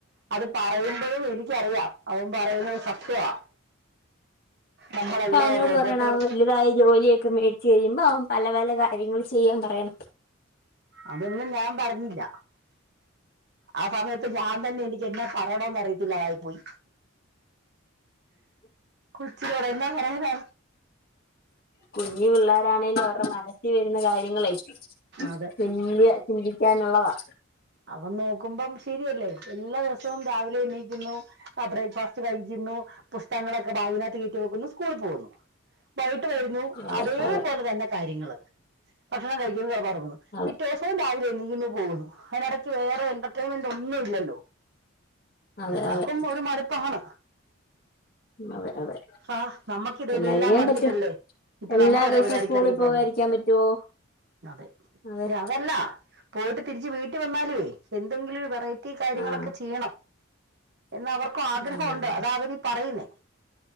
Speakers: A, on the right (about 55°); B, on the left (about 45°).
A: അത് പറയുമ്പോഴും എനിക്കറിയാം അവൻ പറയുന്നത് സത്യമാ- നമ്മളെല്ലാം
B: അവനോട്
A: റോബോട്ടുകൾ
B: പറയണം വലുതായ ജോലിയൊക്കെ മേടി- ചെയ്യുമ്പോ പല പല കാര്യങ്ങൾ ചെയ്യാൻ പറയണം.
A: അതൊന്നും ഞാൻ പറഞ്ഞില്ല ആ സമയത്ത് ഞാൻ തന്നെ എനിക്ക് പറയാ ആണന്നറിയത്തില്ലതായിപ്പോയി കൊച്ചിനൊടെ എന്താ പറയാന
B: കുഞ്ഞു പിള്ളോരാണേലും അവരുടെ മനസ്സിൽ വരുന്ന കാര്യങ്ങളെ
A: അതെ
B: വല്യ ചിന്തിക്കാനുള്ളതാ
A: അതൊന്നോ കുമ്പോൾ ശരിയല്ലേ എല്ലാ ദിവസവും രാവിലെ എണ്ണീക്കുന്നു ബ്രേക്ക്ഫാസ്റ്റ് കഴിക്കുന്നു പു- ങ്ങളക്കൊബാഗിനകത്ത് കേറ്റിവെയ്ക്കുന്നു സ്കൂള പോകുന്നു വൈകിട്ട് വരുന്നു
B: അതെ
A: അതേപോലെ
B: അതെ
A: തന്നെ കാര്യങ്ങള് ഭക്ഷണം കഴിക്കുന്നത് പറഞ്ഞുന്നു
B: അതെ
A: പിറ്റേ ദിവസവും രാവിലെ എന്നിക്കുന്നു പോകുന്നു അനി ഇടയ്ക്ക് വേറെ എന്റർടൈൻമെന്റ് ഒന്നും ഇല്ലല്ലോ
B: അതെ
A: പിള്ളേർക്കും
B: അതെ അതെ
A: ഒരു മടുപ്പാണ്.
B: അതെ അതെ
A: ആ നമ്മക്കിതെല്ലാം
B: എന്നാ ചെയ്യാൻ
A: മടുത്തിട്ടല്ലേ
B: പറ്റും
A: ഇപ്പൊ
B: എല്ലാ
A: നമ്മൾ ഓരോ
B: ദിവസവും
A: പരിപാടിക്ക്
B: സ്കൂളിൽ
A: ഇറങ്ങി
B: പോകാതിരിക്കാൻ
A: പോന്നേ
B: പറ്റുവോ?
A: അതെ
B: അതെ
A: അ അതല്ല പോയിട്ട് തിരിച്ച് വീട്ട് വന്നാലേ എന്തെങ്കിലും ഒരു വെറൈറ്റി കാര്യങ്ങളൊക്കെ
B: ആഹ്
A: ചെയ്യണം എന്ന അവർക്കും ആഗ്രഹണ്ട്
B: ആഹ്
A: അത അവരി പറയുന്നേ